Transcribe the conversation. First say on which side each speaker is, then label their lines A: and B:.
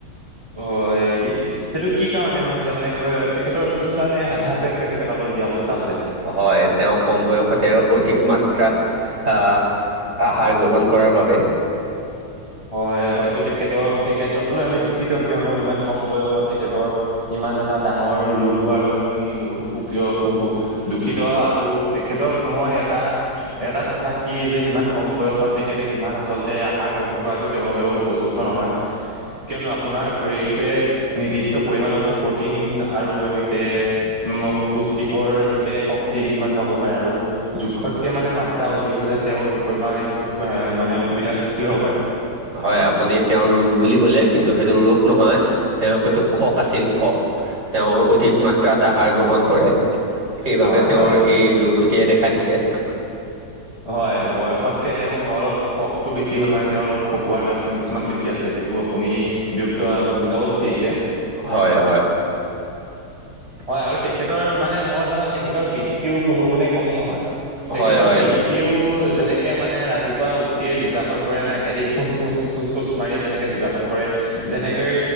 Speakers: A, on the right; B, on the right.
A: হয়, সি, সেইটো কি কাৰণে হৈছে মানে তেখেতৰ কি কাৰণে আধা পেট কাটি পেলাব লগীয়া অৱস্থা হৈছে?
B: হয়, তেওঁ কম বয়সতে অধিক মাত্ৰাত আ, আহাৰ গ্ৰহণ কৰাৰ বাবে
A: হয়, হয়তো তেখেতৰ তেখেতলক লৈ আমি দুখিত কিয়নো ইমান কম বয়সত তেখেতৰ ইমান ইমান এটা ডাঙৰ ৰোগ হোৱাৰ বাবে মিনি বহুত সুকীয় সু দুখিত আৰু তেখেতক মই এটা, এটা কথা কি যে ইমান কম বয়সত তেখেতে ইমান আচলতে আহাৰ গ্ৰহণ কৰাটো তেওঁৰ বাবেও উপযুক্ত নহয়, কিয়নো আপোনাৰ শৰীৰটোৱে নিৰ্দিষ্ট পৰিমমানতহে প্ৰ'টিন আৰু এনেকে উ পুষ্টিকৰ এনেকে শক্তি কিছুমান পাব পাৰে, আৰু জোখতকে মানে মাত্ৰা অধিক হ'লে তেওঁৰ নিজৰ কাৰণে বহুত মানে অসুবিধাৰ সৃষ্টি হ'ব পাৰে।
B: হয়, আপুনি তেওঁৰ ৰোগ বুলি ক'লে কিন্তু সেইটো ৰোগ নহয় তেওঁৰ সেইটো খক আছিল খক। তেওঁ অধিক মাত্ৰাত আহাৰ গ্ৰহণ কৰে সেইবাবে
A: হয়
B: তেওঁৰ
A: হয়
B: এই দুৰ্গতিয়ে দেখা দিছে।
A: হয় বয়সতকে তেওঁক অলপ খকটো বেছি হ'ল মানে তেওঁ অলপ খকুৱাৰ লক্ষণ কিছুমান বেছি আছিলে। সেইটো আপুনি ব্যক্ত, বুজাব বিচাৰিছে
B: হয় হয়।
A: হয় আৰু তেখেতৰ মানে মই জনাত তেখেতৰ পিতৃও কোনো গুণে কম নহয় তেখেতৰ
B: হয় হয়
A: পিতৃয়েও যেনেকে মানে ৰাতিপুৱা উঠিয়ে যোগাসন কৰে না এদি ফুচ ফুচ ফুচ ফুচ মাৰি যেনেকে যোগাসন কৰে যেনেকৈ